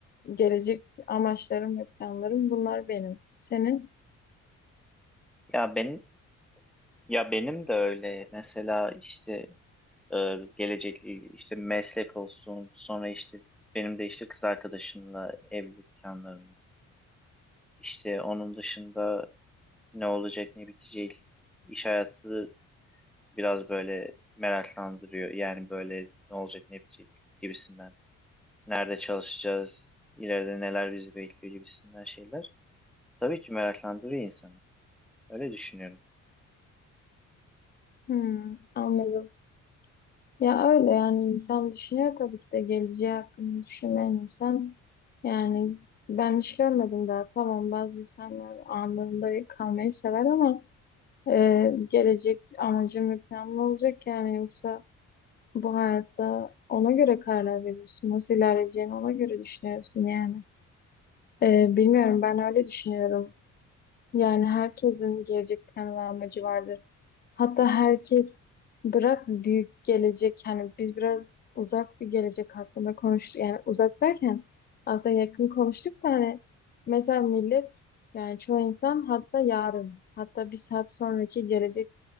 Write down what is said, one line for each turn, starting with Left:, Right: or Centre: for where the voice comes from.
Left: gelecek amaçlarım ve planlarım bunlar benim. Senin?
Centre: Ya benim ya benim de öyle. Mesela işte e, gelecek e, işte meslek olsun sonra işte benim de işte kız arkadaşımla evlilik planlarımız işte onun dışında ne olacak ne bitecek iş hayatı biraz böyle meraklandırıyor yani böyle ne olacak ne bitecek gibisinden nerede çalışacağız ileride neler bizi bekliyor gibisinden şeyler tabii ki meraklandırıyor insanı öyle düşünüyorum
Left: Hmm, anladım. Ya öyle yani insan düşünüyor tabii ki de geleceği hakkında düşünmeyen insan. Yani ben hiç görmedim daha. Tamam bazı insanlar anında kalmayı sever ama e, gelecek amacım ve planım olacak yani yoksa Bu hayatta ona göre kararlar veriyorsun. Nasıl ilerleyeceğini ona göre düşünüyorsun yani. Ee, bilmiyorum ben öyle düşünüyorum. Yani herkesin gelecek planı ve amacı vardır. Hatta herkes bırak büyük gelecek. Yani biz biraz uzak bir gelecek hakkında konuştuk. Yani uzak derken aslında yakın konuştuk da hani mesela millet yani çoğu insan hatta yarın hatta bir saat sonraki gelecek